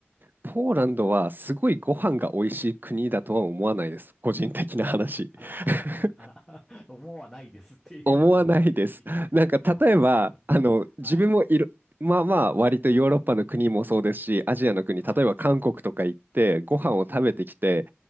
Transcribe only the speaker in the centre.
あら、<laughs>
あら、思わないですっていうのがなんかいい。
あ、そう。
はい。
はい。
ええ、